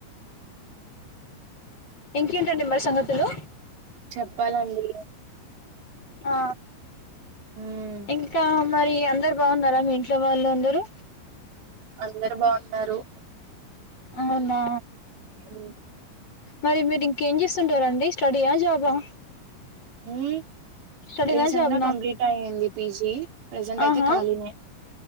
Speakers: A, on the left; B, on the right.
A: ఇంకేంటండి మరి సంగతులు.
B: చెప్పాలండి.
A: ఆ
B: ఉమ్
A: ఇంకా మరి అందరు బాగున్నారా మీ ఇంట్లో వాళ్ళు అందరు
B: అందరు బాగున్నారు
A: అవునా
B: మ్
A: మరి మీరు ఇంకేం చేస్తుంటారండి స్టడీయా జాబా
B: మ్
A: స్టడీనా
B: రీసెంట్
A: జాబ్నా
B: గా కంప్లీట్ అయి్ఇంది పీజీ ప్రజెంట్
A: ఆహా
B: అయితే ఖాళీనే